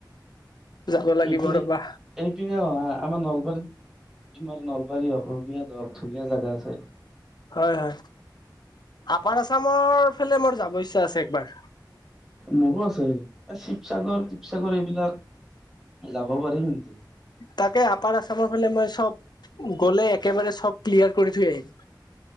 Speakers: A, on the left (about 65°); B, in the centre.
A: যাব লাগিব
B: এইপিনে
A: ৰবা।
B: এইপিনে অহা আমাৰ নলবাৰীত তোমাৰ নলবাৰী হওক ৰঙিয়াত হওক ধুনীয়া জাগা আছে।
A: হয়-হয় আপাৰ আছামৰ ফালে মোৰ যাব ইচ্ছা আছে একবাৰ।
B: মোৰো আছে শিৱসাগৰ-শিৱসাগৰ এইবিলাক যাব পাৰি কিন্তু।
A: তাকে আপাৰ আছামৰ ফালে মই চব গ'লে একেবাৰে চব ক্লিয়াৰ কৰি থৈ আহিম।